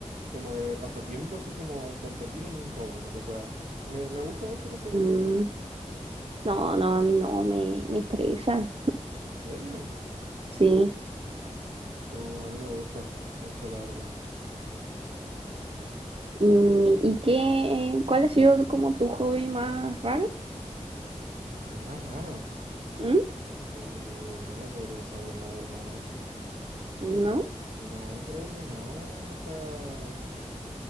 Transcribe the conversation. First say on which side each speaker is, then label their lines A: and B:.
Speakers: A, on the right (about 80°); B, on the right (about 50°).
A: como de pasatiempo, así como competir en todo lo que pueda. Me, me gusta mucho, no sé por
B: Mm,
A: qué.
B: no, no, a mí no, me, me estresa.
A: ¿En serio?
B: Sí,
A: Oh, a mí me gusta mucho, la verdad.
B: Mm, ¿Y qué, cuál ha sido como tu hobby más raro?
A: El más raro.
B: ¿Mm?
A: Oh, no podría saber la verdad.
B: ¿No?
A: No, creo que no. O sea,